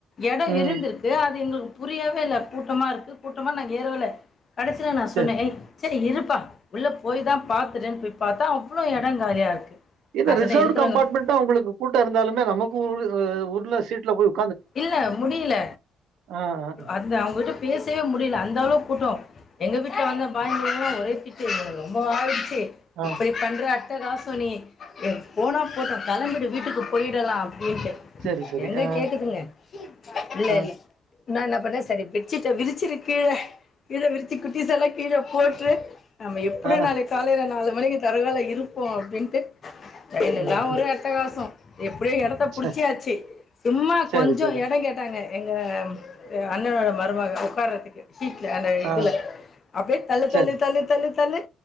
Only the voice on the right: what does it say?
ம்
சரி
இத
ரிசர்வ்ட்
கம்பார்ட்மெண்ட்டா உங்களுக்கு கூட்டோ இருந்தாலுமே நமக்கு உய் உள்ள சீட்ல போய் ஒக்
ஆ ஆ
ஆ
சரி சரி
ஆ
ஆ
ஆ
ம்
ச
சரி
சரி
ஆ
சரி